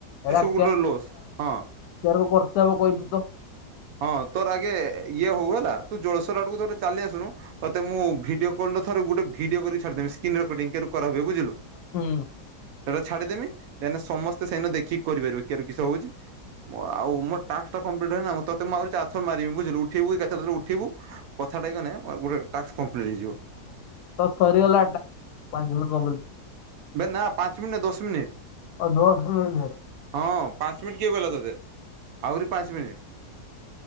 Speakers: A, on the left (about 75°); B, on the right (about 70°).
A: ଏଇଟା
B: ଏସବୁ ଗୋଟେ
A: କେ କେର
B: ଲସ୍ ହଁ
A: ବର୍ଷେ କହିଛୁ ତ।
B: ହଁ ତୋର ଆଗେ ଇଏ ହଉ ହେଲା ତୁ ଜଳେଶର ଆଡକୁ ଥରେ ଚାଲି ଆସୁନୁ। ତତେ ମୁ ଭିଡିଓ କଲ ଥରେ ଗୋଟ ଭିଡିଓ କରିକ ଛାଡିଦବି ସ୍କ୍ରିିନ ରେକର୍ଡିଂ କେମିତି କରା ହଏ ବୁଝିଲୁ।
A: ହୁଁ।
B: ସେଇଟା ଛାଡିଦେମି ଦେନ ସମସ୍ତେ ସେଇନ ଦେଖିକି କରିପାରିବେ କିଶୋ ହଉଛି। ଆଉ ମୋ ଟାକ୍ସ ଟା କମ୍ପ୍ଲିଟ ଏଇନା ମୁଁ ତତେଁ ଆହୁ ଚାରିଥର ମାରିବି ବୁଝିଲି ଉଠିବୁ କେତେଟାରେ ଉଠିବୁ। କଥାଟା ହେଇଗନେ ଗୋଟେ ଟାସ୍କ କଂପ୍ଲିଟ୍ ହେଇଯିବ।
A: ତ ସରିଗଲାଟା ପାଞ୍ଚ ମିନିଟ୍ କଂପ୍ଲିଟ୍।
B: ବେ ନା ପାଞ୍ଚ ମିନିଟ ନୁହେଁ ଦଶ ମିନିଟ।
A: ଆଉ <unintelligible>
B: ହଁ ପାଞ୍ଚ ମିନିଟ୍ କିଏ କହିଲା ତୋତେ। ଆହୁରି ପାଞ୍ଚ ମିନିଟ୍।